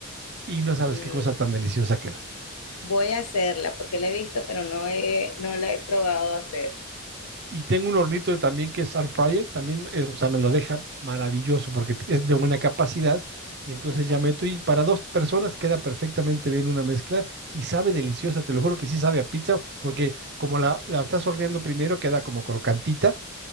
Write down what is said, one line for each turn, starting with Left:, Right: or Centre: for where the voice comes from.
Right: Y no sabes
Left: Mm,
Right: qué cosa tan deliciosa queda.
Left: Voy a hacerla porque la he visto, pero no he, no la he probado a hacer.
Right: Y tengo un hornito también que es air fryer, también, es, o sea, me lo deja maravilloso porque es de buena capacidad. Y entonces
Left: Ajá,
Right: ya meto y para dos personas queda perfectamente bien una mezcla y sabe deliciosa, te lo juro que sí sabe a pizza, porque como la, la estás horneando primero queda como crocantita